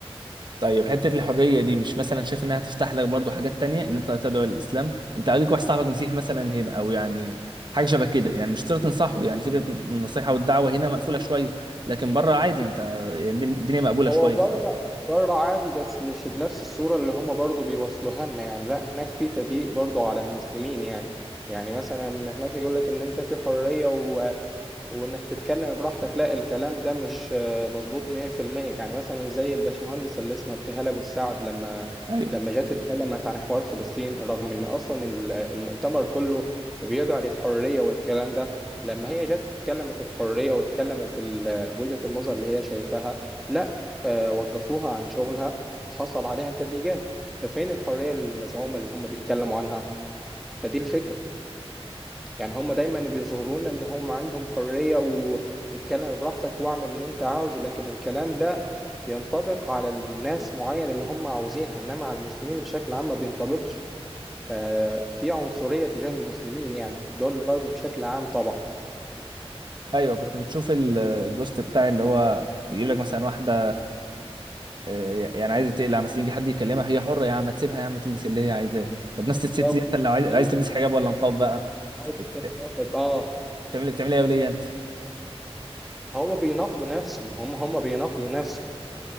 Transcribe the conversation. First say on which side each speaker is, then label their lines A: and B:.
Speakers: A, on the right; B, in the centre.
A: طيب حتة الحرية دي مش مثلا شايف انها تفتح لك برضو حاجات تانية ان انت تدعو للاسلام انت عليك واحد صاحبك مسيحي مثلا هنا او يعني حاجة شبه كده يعني مش شرط تنصحه يعني فكرة النصيحة والدعوة هنا مقفولة شوية لكن بره عادي انت يعني الدن- الدنيا مقبولة
B: هو
A: شوية
B: بره
A: فعلا
B: بره عادي بس مش بنفس الصورة اللي هما برضو بيوصلوها لنا يعني لا هناك في تضييق برضو على المسلمين يعني يعني مثلا هناك يقول لك ان انت في حرية و... وانك تتكلم براحتك لا الكلام ده مش آه، مظبوط 100% يعني مثلا زي الباشمهندس اللي اسمها ابتهال ابو السعد لما
A: ايوه
B: لما جت اتكلمت عن حوار فلسطين رغم ان اصلا ال- المؤتمر كله بيدعى للحريه والكلام ده لما هي جت اتكلمت بحريه واتكلمت بال- بوجهه النظر اللي هي شايفاها لا آه، وقفوها عن شغلها وحصل عليها تضييقات ففين الحريه المزعومه اللي هم بيتكلموا عنها فدي الفكره يعني هم دايما بيظهروا لنا ان هم عندهم حرية و... واتكلم براحتك واعمل اللي انت عاوزه لكن الكلام ده ينطبق على الناس معين اللي هم عاوزينها انما على المسلمين بشكل عام ما بينطبقش ففي عنصرية تجاه المسلمين يعني دول الغرب بشكل عام طبعا
A: ايوه كنت بتشوف ال- البوست بتاع اللي هو يقول لك مثلا واحدة آه، يعني عايزة تقلع مثلا يجي حد يكلمها هي حرة يا عم ما تسيبها يا عم تلبس اللي هي عايزاه طب نفس
B: بالظبط
A: الست دي مثلا لو عايز عايز
B: فال-
A: تلبس حجاب ولا نقاب بقى
B: عاوز
A: بت-
B: تنتقد
A: بت-
B: اه
A: بتعمل بتعمل ايه يا ولية انت
B: هم بيناقضوا نفسهم هم هم بيناقضوا نفسهم